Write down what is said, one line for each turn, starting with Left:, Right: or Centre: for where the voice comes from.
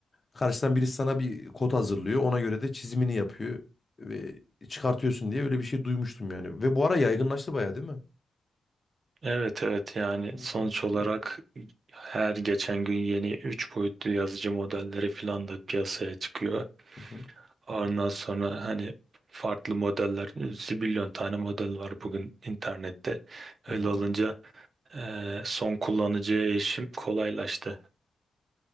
Left: Karşıdan birisi sana bir kod hazırlıyor. Ona göre de çizimini yapıyor ve çıkartıyorsun diye öyle bir şey duymuştum yani. Ve bu ara yaygınlaştı bayağı değil mi?
Right: Evet evet yani
Left: Hı
Right: sonuç
Left: hı,
Right: olarak her geçen gün yeni 3 boyutlu yazıcı modelleri falan da piyasaya çıkıyor.
Left: hı hı,
Right: Ondan sonra hani farklı modeller, zibilyon tane model var bugün internette.
Left: hı
Right: Öyle
Left: hı,
Right: olunca eee, son kullanıcıya erişim kolaylaştı.